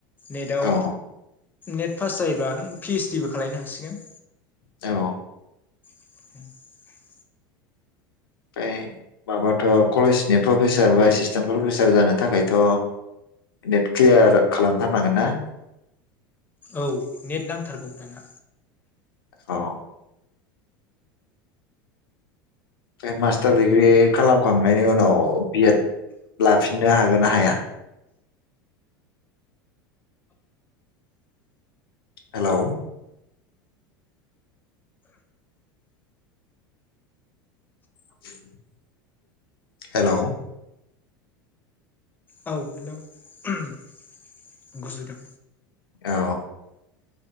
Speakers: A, on the left; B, on the left.
A: नेदाव
B: औ
A: नेट पास जायोबा नों पिओइस डिबो खालायनो हासिगोन।
B: औ
A: <inaudible>
B: ओमफ्राय माबाथ' कलेजनि प्रफेसार बा एसिसटेन्ट प्रफेसार जानो थाखायथ' नेट क्लियार खालामथारनांगोन ना?
A: औ नेट नांथारगौ दाना।
B: अ फाय मास्टार दिडिग्रि खालामखांनायनि उनाव बिएद लाफिननो हागोन ना हाया? हेलौ <inaudible> हेलौ
A: औ हेलौ ओम गुजुदों।
B: अ